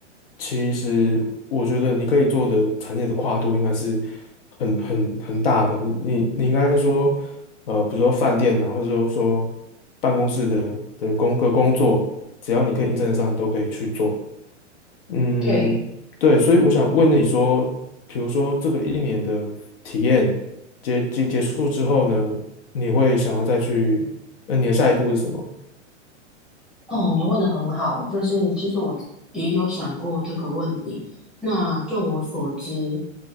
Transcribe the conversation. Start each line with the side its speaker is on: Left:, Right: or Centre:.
Left: 其实我觉得你可以做的产业的跨度应该是很很很大的。你你你应该说，呃，比如说饭店啊，或者说说办公室的的工个工作。只要你可以应征得上，你都可以去做。嗯，
Centre: 对，
Left: 对，所以我想问你说，比如说这个一年的体验结结结束之后呢，你会想要再去，呃，你的下一步是什么？
Centre: 哦，你问的很好，就是其实我也有想过这个问题。那就我所知，